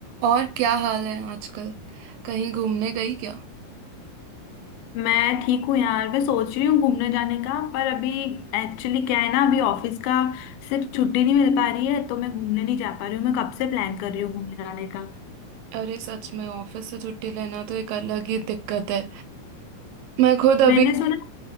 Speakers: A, on the right; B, on the left.
A: और क्या हाल है आजकल कहीं घूमने गई क्या
B: मैं ठीक हूँ यार मैं सोच रही हूँ घूमने जाने का पर अभी एक्चुअली क्या है ना अभी ऑफिस का से छुट्टी नहीं मिल पा रही है तो मैं घूमने नहीं जा पा रही हूँ मैं कब से प्लान कर रही हूँ घूमने जाने का
A: अरे सच में ऑफिस से छुट्टी लेना तो एक अलग ही दिक्कत है मैं खुद अभी
B: मैंने सुना